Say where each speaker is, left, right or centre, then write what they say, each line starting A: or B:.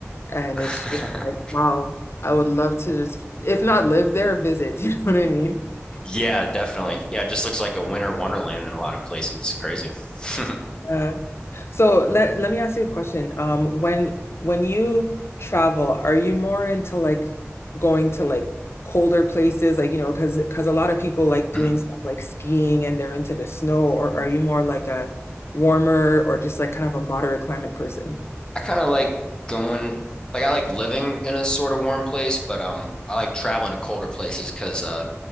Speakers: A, on the left (about 60°); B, on the left (about 20°).
A: and
B: <laughs>
A: it's just like wow. I would love to just, if not live there, visit. <laughs> You know what I mean?
B: Yeah, definitely. Yeah, it just looks like a winter wonderland in a lot of places. Crazy. <laughs>
A: Uh, So let let me ask you a question. Um, when when you travel, are you more into like going to like colder places, like you know, because because a lot of people like
B: Mhm.
A: doing stuff like skiing and they're into the snow, or are you more like a warmer or just like kind of a moderate climate person?
B: I kind of like going, like I like living in a sort of warm place, but um, I like traveling to colder places because uh,